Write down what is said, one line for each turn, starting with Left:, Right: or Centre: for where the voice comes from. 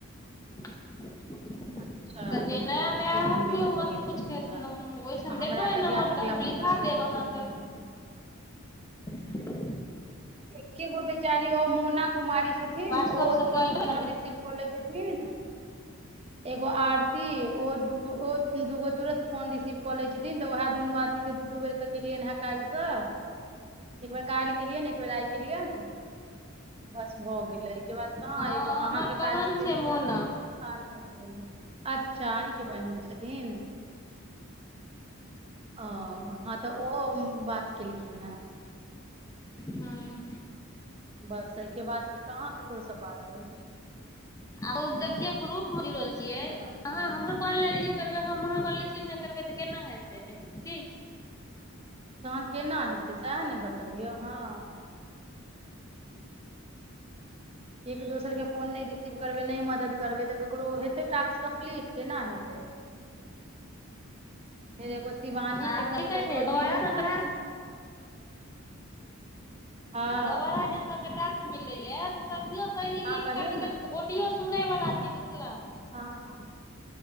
Left: <inaudible>
Right: अच्छा
Left: तऽ
Right: देखियौ
Left: जे नया
Right: एके
Left: नया होथि
Right: दिन मे
Left: ओहिमे
Right: कऽ लेलखिन
Left: तऽ किछुके
Right: पूरा
Left: ओहिसन
Right: आ हमरा
Left: देखबै
Right: कहिया
Left: नम्बर
Right: तकला
Left: तऽ हम
Right: पूरा
Left: लिखा
Right: हेतनि
Left: देब अहाँके
Right: की जाने
Left: <unintelligible>
Right: एक्के गो बेचारी ओ मोना कुमारी छथिन
Left: व्हाट्सप
Right: ओ
Left: से
Right: तुरन्त
Left: कॉल कर
Right: फोन रिसीव क लै छथिन एगो आर ती ओ दूगो ओ दूगो तुरन्त फोन रिसीव कऽ लै छथिन त उहै दुनू आदमी केँ दू दू बेरकेँ केलियनि हे काल्हिसँ एक बेर काल्हि केलियन एक बेर आइ केलियन बस भ गेलै हिके बाद कहाँ
Left: हँ
Right: एगो
Left: हमर
Right: अहाँकेँ काल्हिस
Left: बहन
Right: केलि
Left: छै मोना
Right: त आइ बात भेल हँ अच् <inaudible> आहिंकेँ बहिन छथिन ओ ह त उहो बात केलखिन ह
Left: हँ
Right: बस एहिकें बादमे कहाँ ककरोसँ बात होइत छैक
Left: आरो देखियौ ग्रुप म जुरल छियैक
Right: से बात भेलै
Left: अहाँ हमर कॉल नहि रिसीव करबय हम अहाँ कॉल रिसीव नहि करबय त केना हेतय की
Right: तहन केना हेतय सैहे ने बतबियौ हँ एक दोसर केँ फोन नहि रिसीव करबय नहि मदद करबय त ककरोे हेतै टाक्स कम्प्लीट केना हेतय फेर एगो शिवानी
Left: आ
Right: के
Left: कि
Right: हम दू
Left: कहै
Right: बेर
Left: छै
Right: कऽ
Left: दोबारा
Right: देलियनि
Left: सब
Right: हे
Left: <inaudible>
Right: हँ
Left: दोबारा जे सबकें टाक्स मिललै ए त सहियो सही
Right: हँ
Left: लिख
Right: कहियौ
Left: छै
Right: ने
Left: ऑडियो सुनय वला छै मिथिला मे
Right: हँ हँ